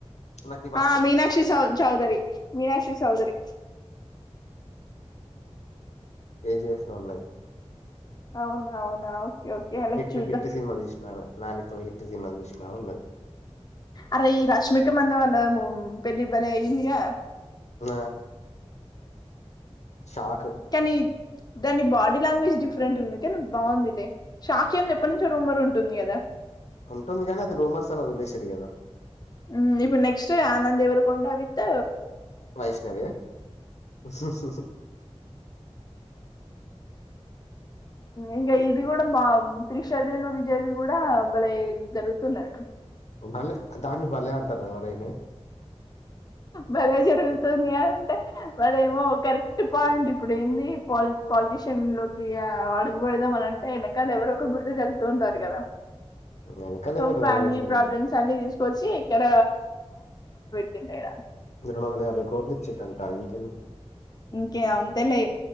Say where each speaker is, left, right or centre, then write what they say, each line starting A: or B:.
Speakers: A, on the left; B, on the left.
A: లక్కీ భాస్కర్‌లో.
B: ఆ మీనాక్షి చౌ చౌదరి మీనాక్షి చౌదరి
A: ఏజఫ సన్నది
B: అవును అవును ఓకే ఓకే అలా
A: హిట్
B: చూద్దాం
A: హిట్ సినిమా తీసిన ఆమె. నానితో హిట్ సినిమా చూసిన ఆమె ఉన్నది.
B: అరే ఈ రష్మిక మందం వాళ్ళ పెళ్ళి బలే ఇందగా
A: ఆ సాఖ
B: కానీ దాని బాడీ లాంగ్వేజ్ డిఫరెంట్ ఉంది కానీ బాగుందిలే షాక్ అంది ఎప్పటి నుంచో రూమ్మర్ ఉంటుంది కదా
A: ఉంటుంది కానీ అది రూమర్స్ అని వదిలే సరి కదా
B: ఉ ఇప్పుడు నెక్స్ట్ ఆనంద దేవరు కొండవిత్
A: వైష్ణవ బబస్
B: ఇంకా ఇది కూడా మా త్రిషదేను విజయది కూడా మల జరుగుతున్నది
A: భలే దాన్ని భలే అంటారు ఎవరైనా
B: భలే జరుగుతుంది అంటే వాడేమో కరెక్ట్ పాయింట్ ఇప్పుడు ఏంది పాలి పాలిటీషియన్ లోకి అడుగుపడదాం అనింటే వెనకాల ఎవరొ ఒకరు గుర్తు తెళ్తూ ఉంటారు కదా
A: వెనకాల
B: సో
A: ఎవరు
B: ఫ్యామిలీ
A: వైఫ్ అయినా
B: ప్రాబ్లమ్స్ అన్ని తీసుకొచ్చి ఇక్కడ <unintelligible>
A: రెండు వందల యాభై కోటిట్లు ఇచ్చిట్ంటా ఎంక
B: ఇంకే అంతే లే